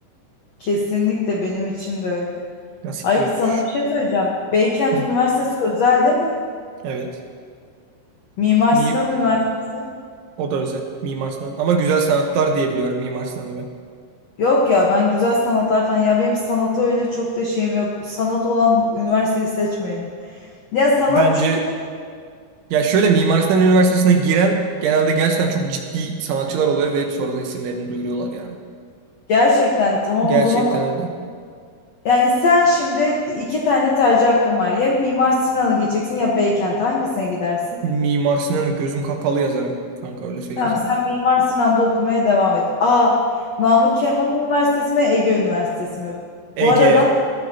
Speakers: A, on the left (about 75°); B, on the right (about 80°).
A: Kesinlikle benim için de öyle.
B: nasip
A: Ay
B: de yokmuş.
A: sana bir şey söyleyeceğim. Beykent
B: Hı.
A: Üniversitesi özel değil mi?
B: Evet.
A: Mimar
B: Mi
A: Sinan Üniversitesi.
B: o da özel. Mimar Sinan. Ama güzel sanatlar diye biliyorum Mimar Sinan'ı ben.
A: Yok ya ben güzel sanatlar falan ya benim sanata öyle çok da şeyim yok. Sanat olan üniversiteyi seçmeyelim. Ya sanat
B: Bence
A: çünkü ne
B: ya şöyle Mimar Sinan Üniversitesi'ne giren genelde gerçekten çok ciddi sanatçılar oluyor ve hep sonradan isimlerini duyuruyorlar ya.
A: gerçekten tamam
B: Gerçekten
A: o zaman
B: öyle.
A: yani sen şimdi iki tane tercih hakkın var. Ya Mimar Sinan'a gideceksin ya Beykent hangisine gidersin?
B: Mimar Sinan'ı gözüm kapalı yazarım. Kanka öyle söyleyeyim
A: Tamam
B: sana.
A: sen Mimar Sinan'da okumaya devam et. Aa Namık Kemal Üniversitesi mi Ege Üniversitesi mi? Bu
B: Ege.
A: arada